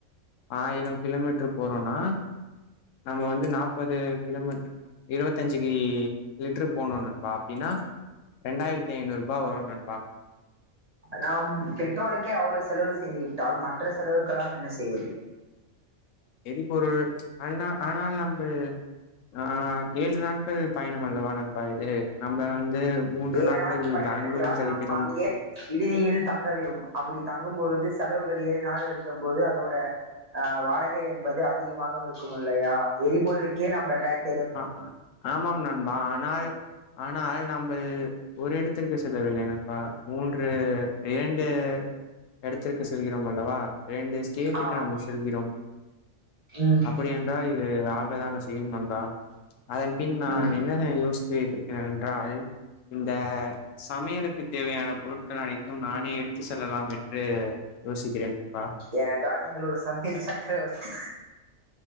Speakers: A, on the left (about 85°); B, on the right (about 40°).
A: ஆயிரோ கிலோமீட்ரு போறோனா நம்ம வந்து நாப்பது கிலோமீட்ரு இருவத்தஞ்சிக்கி லிட்ரு போட்னோ நண்பா அப்டீனா ரெண்டாய்ரித்தி ஐந்நூருபா வரு நண்பா
B: நாம் பெட்ரோலுக்கே அவ்ளோ செலவு செய்து விட்டால் மற்ற செலவுக்கு கெலாம் என்ன செய்வது
A: எரிபொருள் ஆனா ஆனால் நம்ப அ ஏள்று நாட்கள் பயணம் அல்லவா நண்பா இது நம்ப வந்து மூன்று
B: ஏழு
A: நாட்கள்
B: நாட்க பயணம்
A: பெங்களூரில்
B: என்றால்
A: கழிக்கிறோம்
B: நாம் அங்கே விடுதியினில் தங்க வெறும் அப்புடி தங்கும் பொழுது செலவுகள் ஏழு நாள் இருக்கம் போது அதோட அ வாடகை என்பது அதிகமாகு இருக்கும் அல்லையா எரிபொருளுக்கே நம் ரெண்டாய்ர்
A: அ அ ஆமாம் நண்பா ஆனால் ஆனால் நம்பல் து ஒரு இடத்திற்கு செல்லவில்லை நண் பா மூன்று இரண்டு இடத்திற்கு சொல்கிறோம் அல்லவா ரெண்டு ஸ்டேட்டுக்கு
B: ஆஹ்
A: நம்ம செல்கிறோம்
B: உம்
A: அப்படி என்றால் இது ஆகதான செய்யும் நண்பா அதன் பின் நான்
B: உம்
A: என்ன யோசித்து வைத்திருக்கேன் என்றால் இந்த சமையலுக் கு தேவையான பொருட்கள் அனைத்தும் நானே எடுத்து செல்லலாம் என்று யோசுக்கிறேன் நண்பா
B: ஏனென்றால் நீங்கள் ஒரு சமையல் சக்கரவர்த்தி